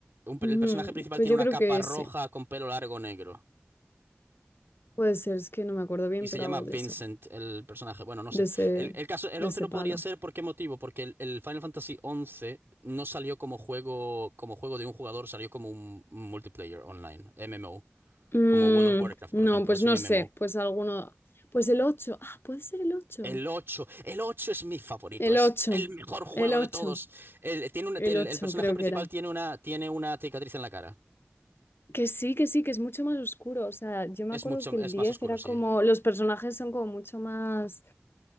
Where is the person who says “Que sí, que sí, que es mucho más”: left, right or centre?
Left